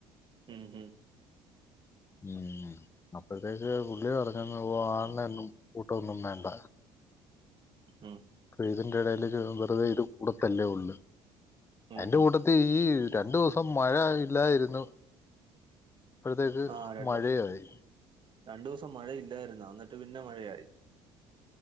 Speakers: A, on the right (about 35°); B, on the left (about 15°).
A: മം മം
B: മം അപ്പഴത്തേക്ക് പുള്ളി പറഞ്ഞെന്നു ഓ ആളിന ഒന്നും കൂട്ടൊന്നും വേണ്ട.
A: ഉം,
B: ഇതിന്റെ ഇടയില് ഒരു വെറുതെ ഇത് കൂടത്തല്ലേ ഉള്ളു.
A: ഉം,
B: അതിന്റെ
A: ഉം.
B: കുട്ടത്തിൽ ഈ രണ്ട് ദിവസംമഴ ഇല്ലായിരുന്നു. ഇപ്പോഴത്തേക്ക്
A: ആ രണ്ട്
B: മഴയായി.
A: രണ്ടു ദിവസം മഴ ഇല്ലായിരുന്ന അന്നിട്ട് പിന്നെ മഴയായി.